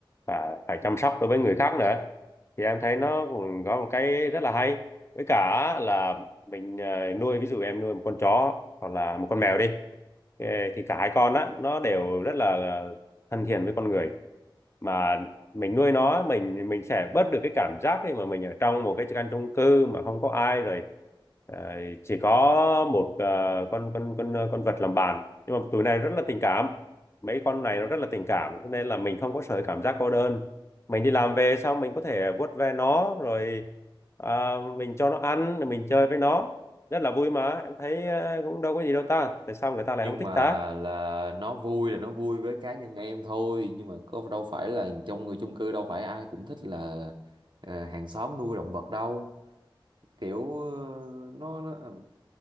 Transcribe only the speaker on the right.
nhưng
mà
là nó vui là nó vui với cá nhân em thôi nhưng mà có đâu phải là trong người chung cư đâu phải ai cũng thích là ờ, hàng xóm nuôi động vật đâu kiểu ờ, nó, nó ờ,